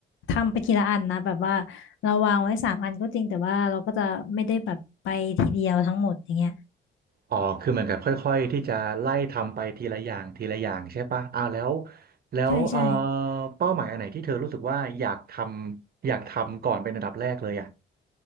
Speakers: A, on the left; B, on the right.
A: ทำไปทีละอันนะแบบว่าเราวางไว้สามอันก็จริงแต่ว่าเราก็จะไม่ได้แบบไปทีเดียวทั้งหมดอย่างเงี้ย
B: อ๋อคือเหมือนกับค่อยๆที่จะไล่ทำไปทีละอย่างทีละอย่างใช่ปะอ่าแล้วแล้วเอ่อ
A: ใช่ใช่
B: เป้าหมายอันไหนที่เธอรู้สึกว่าอยากทำอยากทำก่อนเป็นอันดับแรกเลยอ่ะ